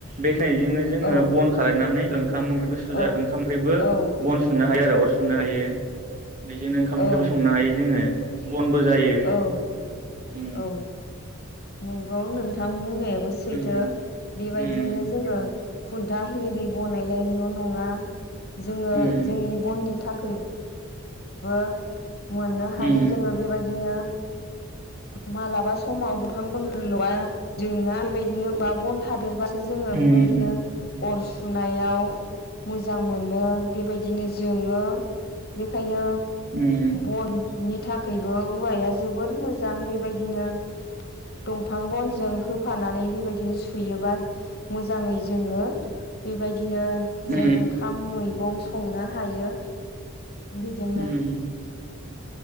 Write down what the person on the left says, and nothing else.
औ
औ
औ
औ
औ
औ नंगौ नोंथां बुंनायाबो सैथो
बेबायदिनो
जोङो खुन्था हेरि बनायनाय न' नङा जोङो
जोंनि बननि थाख खै बो मोननो हायो
जोङो बेबायदिनो मालाबा समाव बिफां बन्दोल' जोङा बेबायदिनो औवा बन थादेरबा जोङो
बेबायदिनो अर सुनायाव मोजां मोनो बेबायदिनो जोङो बेखायनो
बननि थाखायबो औवाया जोबोर मोजां बेबायदिनो दंफां बनजों होफानानै बेबायदिनो सुयोबा मोजाङै जोङो। बेबाय बिदिनो
जों ओंखाम मैगं स संनो हायो। बेजोंनो